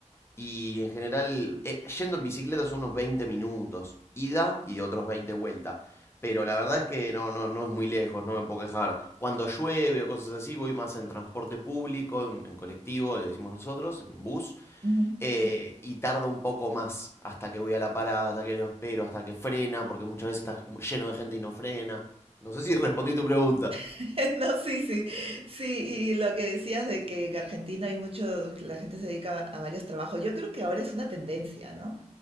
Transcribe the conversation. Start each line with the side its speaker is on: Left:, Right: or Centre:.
Left: y en general eh, yendo en bicicleta son unos 20 minutos, ida y otros 20 vuelta. Pero la verdad es que no, no, no es muy lejos, no me puedo quejar. Cuando llueve o cosas así, voy más en transporte público, en, en colectivo, le decimos nosotros, en bus,
Right: Ujú.
Left: eh, y tarda un poco más hasta que voy a la parada, hasta que lo espero, hasta que frena, porque muchas veces está lleno de gente y no frena. No sé si respondí tu pregunta.
Right: <laughs> No, sí, sí, sí, y lo que decías de que en Argentina hay mucho, la gente se dedica a varios trabajos, yo creo que ahora es una tendencia, ¿no?